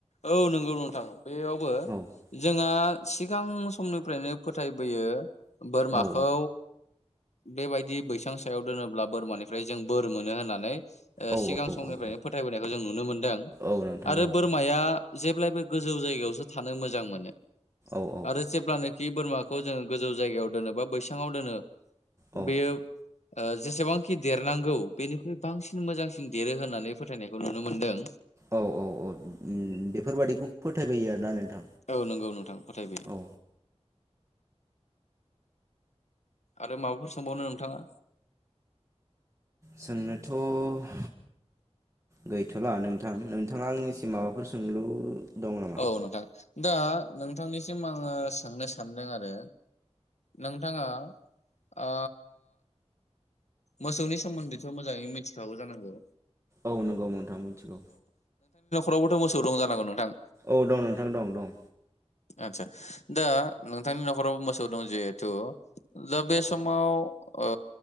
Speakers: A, on the left (about 80°); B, on the right (about 25°).
A: औ नंगौ नोंथां बेयावबो
B: औ
A: जोंहा सिगां समनिफ्रायनो फोथायबोयो बोरमाखौ
B: औ
A: बेबायदि बैसां सायाव दोनोब्ला बोरमानिफ्राय जों बोर मोनो होननानै ओ
B: औ
A: सिगां
B: औ
A: समनिफ्रायनो
B: औ
A: फोथायबोनायखौ जों नुनो मोनदों
B: औ नोंथां
A: आरो
B: औ
A: बोरमा आ जेब्लायबो गोजौ जायगायावसो थानो मोजां मोनो।
B: औ
A: आरो जेब्लानो खि बोरमाखौ जोङो गोजौ जायगायाव दोनो बा बैसाङाव दोनो
B: औ
A: बेयो ओ जेसेबांखि देरनांगौ बेनिख्रुइ बांसिन मोजांसिन देरो होननानै फोथायनायखौ नुनो मोनदों।
B: औ औ औ बेफोरबादिखौ फोथायबोयो आरोना नोंथां।
A: औ नंगौ नोंथां फोथायबोयो।।
B: औ
A: आरो माबाफोर सोंबावनो नोंथाङा।
B: सोंनोथ' गैथ'ला नोंथां नोंथाङा आंनिसिम माबाफोर सोंलु दं नामा
A: औ नोंथां दा नोंथांनिसिम आङो सोंनो सान्दों आरो नोंथाङा ओ मोसौनि सोमोन्दैथ' मोजाङै मिथिखागौ जानांगौ।
B: औ नंगौ नोंथां मिथिगौ
A: रावबोथ' मोसौ दं जानांगौ नोंथां
B: औ दं नोंथां दं दं
A: आदसा दा नोंथांनि न'खराव मोसौ दं जिहेथु दा बे समाव ओ